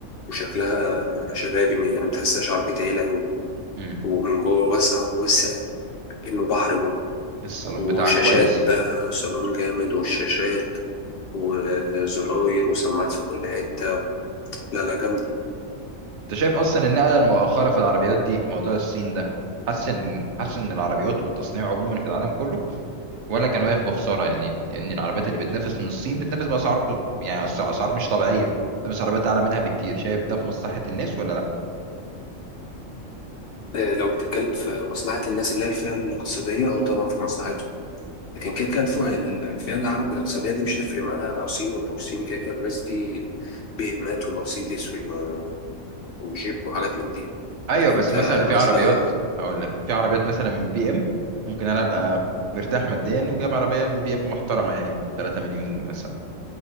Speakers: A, on the left; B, on the right.
A: وشكلها شبابي م- يعني متحسهاش عربية عيلة أوي
B: مم.
A: ومن جوه واسعة واسع كأنه بحر جوه
B: الصالون
A: وشاشات
B: بتاعها كويس
A: بقى وصالون جامد والشاشات وزراير وسماعات في كل حتة لا لا جامدة
B: أنت شايف أصلا النقلة المؤخرة في العربيات دي موضوع الصين ده حاسس إن حاسس إن العربيات والتصنيع عموما في العالم كله ولا كان واقف بخساره يعني ان العربيات اللي بتنافس من الصين بتنافس باسعار خ- يعني أس- اسعار مش طبيعيه بتنافس عربيات اعلى منها بكتير شايف ده في مصلحه الناس ولا لا
A: آه، لو بتتكلم في مصلحة الناس اللي هي الفئة الاقتصادية أو طبعا في مصلحتهم لكن كده كده الفئة الفئة العالم الاقتصادية دي مش هتفرق معاها صين ولا مش صين كده كده الناس دي بيهمات ومرسيدس و- وجيب وحاجات من دي
B: ايوه
A: لكن
B: بس
A: كناس
B: مثلا في عربيات
A: بقى
B: هقول لك في عربيات مثلا من بي ام ممكن انا ابقى مرتاح ماديا وجايب عربيه من بي ام محترمه يعني ب 3 مليون مثلا